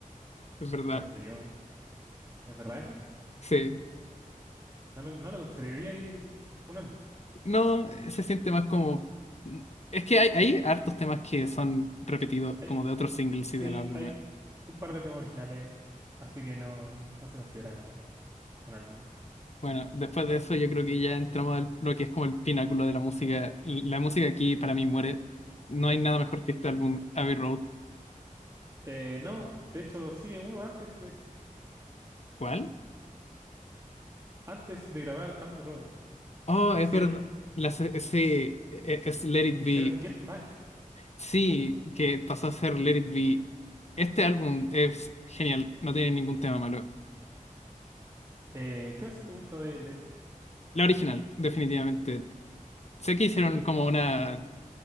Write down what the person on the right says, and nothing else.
Encuentro yo. ¿Es verdad eso?
No lo, no lo consideraría ahí un álbum.
Hay-
sí,
hay
un par de temas originales, así que no, no se considera un álbum.
Eh, no, de hecho, sigue uno antes de ese.
Antes de grabar Abbey Road,
hicieron,
los-
hicieron
Get Back.
Eh, ¿qué versión te gusta de Let It Be?
Sí,